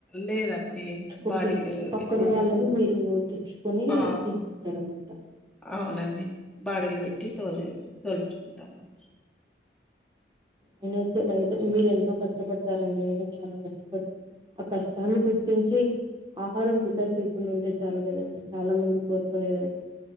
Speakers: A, in the centre; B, on the right.
A: లేదండి
B: ఓకే
A: బాడీలు
B: పక్కన
A: పెట్టి
B: వాళ్ళను మీరు తెచ్చుకొని
A: ఆ
B: ఇస్తారన్నమాట.
A: అవునండి బాడిలు పెట్టి తో కోలుచుకుంటామండి
B: అయిన రైతు మీరు ఎంతో కష్టపడతారండి అయిన చాలా కష్టపడతారు ఆ కష్టాన్ని గుర్తించి ఆహారం వృధా చేయకుండా ఉంటే చాలు కదండి చాలా మంది కోరుకునేదండి